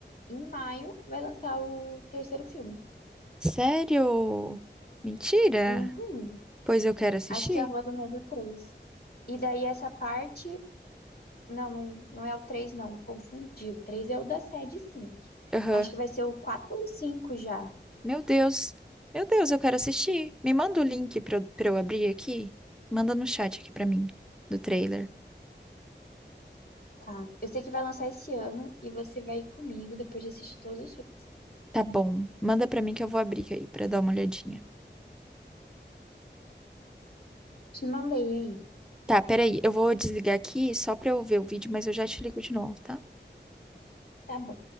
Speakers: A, on the left (about 55°); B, in the centre.
A: em maio, vai lançar o terceiro filme.
B: Sério? Mentira?
A: Uhum.
B: Pois eu quero assistir?
A: Acho que é a Rua do Medo três E daí essa parte Não, não, não é o 3 não. Confundi. O 3 é o da sede 5.
B: Aham.
A: Acho que vai ser o 4 ou o 5 já.
B: Meu Deus. Meu Deus, eu quero assistir. Me manda o link pra eu, pra eu abrir aqui. Manda no chat aqui pra mim, do trailer.
A: Tá. Eu sei que vai lançar esse ano e você vai ir comigo depois de assistir todos os filmes.
B: Tá bom. Manda pra mim que eu vou abrir aí pra dar uma olhadinha.
A: Te mandei aí.
B: Tá, peraí. Eu vou desligar aqui só pra eu ver o vídeo, mas eu já te ligo de novo, tá?
A: Tá bom.